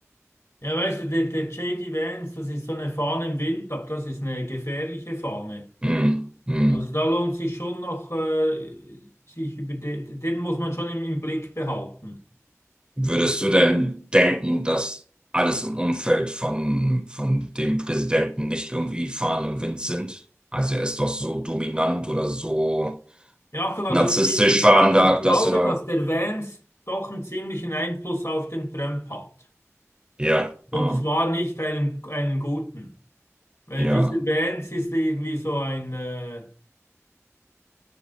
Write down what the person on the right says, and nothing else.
Mm, mm.
Würdest du denn denken, dass alles im Umfeld von, von dem Präsidenten nicht irgendwie Fahnen im Wind sind? Also er ist doch so dominant oder so
narzisstisch
veranlagt,
dass du da...
Ja,
ah,
ja,